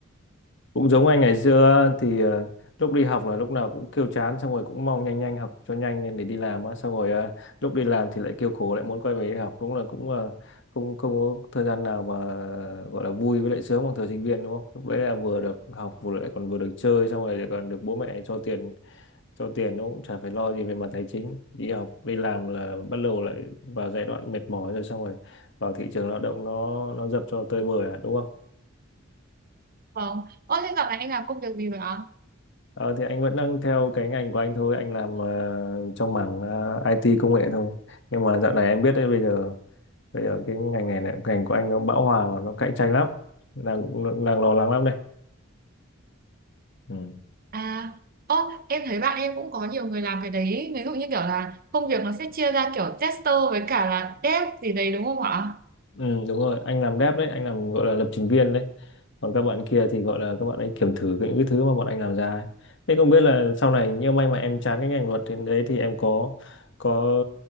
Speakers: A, on the left (about 60°); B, on the right (about 45°).
A: Cũng giống anh ngày xưa thì ờ, lúc đi học là lúc nào cũng kêu chán xong rồi cũng mong nhanh nhanh học cho nhanh để đi làm á xong rồi ờ, lúc đi làm thì lại kêu khổ lại muốn quay về đi học đúng là cũng ờ, không không có thời gian nào mà gọi là vui với lại sướng bằng thời sinh viên đúng không lúc đấy là vừa được học vừa lại còn vừa được chơi xong rồi lại còn được bố mẹ cho tiền cho tiền nó cũng chả phải lo gì về mặt tài chính đi học đi làm là bắt đầu lại vào giai đoạn mệt mỏi rồi xong rồi vào thị trường lao động nó nó dập cho tơi bời à, đúng không
B: vâng ơ thế dạo này anh làm công việc gì vậy ạ
A: Ờ, thì anh vẫn đang theo cái ngành của anh thôi anh làm ờ, trong mảng ờ, IT công nghệ thôi nhưng mà dạo này em biết đấy bây giờ bây giờ cái ngành này này, ngành của anh nó bão hòa và nó cạnh tranh lắm đang cũng đang lo lắng lắm đây ừ.
B: À, ô, em thấy bạn em cũng có nhiều người làm cái đấy. Ví dụ như kiểu là công việc nó sẽ chia ra kiểu tester với cả là dev gì đấy đúng không ạ?
A: Ừ, đúng rồi, anh làm dev đấy, anh làm gọi là lập trình viên đấy. Còn các bạn kia thì gọi là các bạn ấy kiểm thử cái- những cái thứ mà bọn anh làm ra ấy. Thế không biết là sau này nếu may mà em chán cái ngành luật thì đấy thì em có có